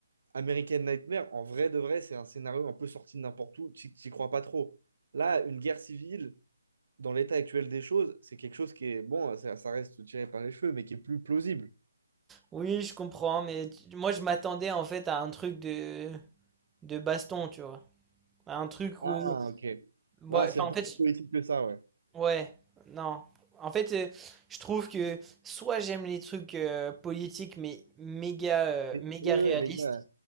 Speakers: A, on the right (about 50°); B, in the centre.
A: American Nightmare, en vrai de vrai, c'est un scénario un peu sorti de n'importe où. Tu n'y crois pas trop. Là, une guerre civile dans l'état actuel des choses, c'est quelque chose qui est, bon, ça, ça reste tiré par les cheveux, mais qui est plus plausible.
B: Oui, je comprends, mais tu- moi, je m'attendais, en fait, à un truc de. de baston, tu vois. À un truc
A: Ah,
B: où.
A: ok.
B: Ouais,
A: Voilà, c'est
B: enfin,
A: un
B: en
A: peu
B: fait,
A: plus politique que ça, ouais.
B: Ouais, non. En fait, euh, je trouve que soit j'aime les trucs euh, politiques mais méga, euh,
A: Mais-
B: méga
A: oui,
B: réalistes,
A: oui, les gars.